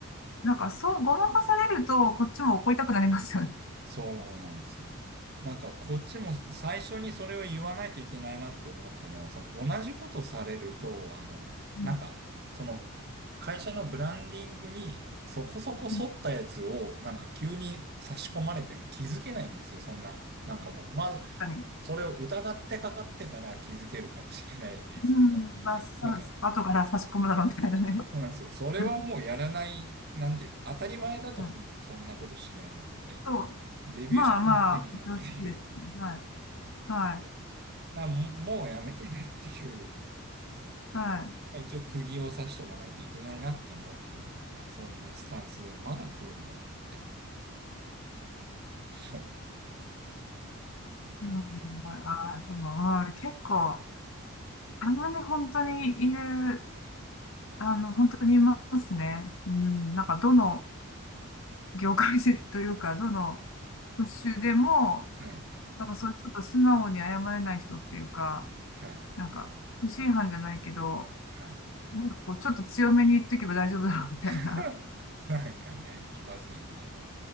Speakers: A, on the left; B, on the right.
A: なんか、そう、ごまかされると、こっちも怒りたくなりますよね。
B: そうなんですよ。なんかこっちも最初にそれを言わないといけないなって思ったのは、その同じことされると、あの、
A: うん
B: なんか、その会社のブランディングにそこそこ沿ったやつをなんか急に差し込まれても気づけないんですよ、
A: うん
B: そんな。なんかもう、まず、
A: 確かに。
B: それを疑ってかかってたら気づけるかもしれないんですけど、
A: うんうん、まあ、さ、
B: なんか、
A: 後から差し込むだろうみたいなね。
B: そうなんですよ。それはもうやらない、
A: <laughs>
B: なんていう、当たり前だと思うんですよ、
A: はい。
B: そんなことしないのって。
A: そう。
B: レビューしてみねえじゃんっていう。
A: まあまあ、常識です。はい。は
B: もう、だからももうやめてねっていう、
A: い。はい。
B: まあ、一応釘を刺しとかないといけないなって思ったら、なんかそんなスタンスでまだ来るんだと思って。もうなんかね、
A: うん、ああ、でも、うん、結構、たまに本当にいる、あの、本当にいますね。うん、なんか、どの業界でというか、どの職種でも、
B: はい、
A: なんかそういうちょっと素直に謝れない人っていうか、
B: はい、
A: なんか、不審犯じゃないけど、
B: はい。
A: なんかこう、ちょっと強めに言っとけば大丈夫だろうみたいな。
B: <laughs> なんかね、いますよね。